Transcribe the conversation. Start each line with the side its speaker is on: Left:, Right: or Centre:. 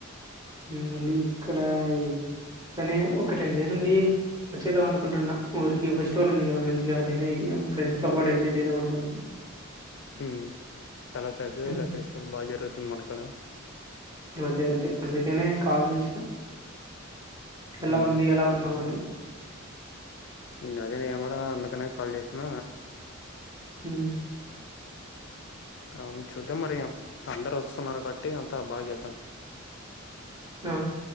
Right: ఉం మళ్ళీ ఇక్కడ ఇ కాని ఒక్క టెన్ డేస్ ఉండి వచ్చేద్దాం అనుకుంటున్నా ఊరికి ఫెస్టివల్ ఉంది కదా మంచిగా తిని ఉమ్ ఫ్రెండ్స్ తో పాటు ఎంజాయ్ చేద్దాం అనుకుంటున్న
Left: ఉం చాలా పెద్దదిలే
Right: అందుకే
Left: ఫెస్టివల్ బాగా జరుగుతుంది మనకాడ
Right: అదే అదే అందుకనే కాల్ చేసిన ఎలా
Left: మ్మ్
Right: ఉంది ఎలా ఉన్నావ్ అని
Left: ఇంగ అదే నేన్ కూడా అందుకనే కాల్ చేసిన
Right: ఉం
Left: అవున్ చూద్దాం మరి అందరు వస్తున్నారు బట్టి అంతా బాగా చేద్దాం
Right: ఆ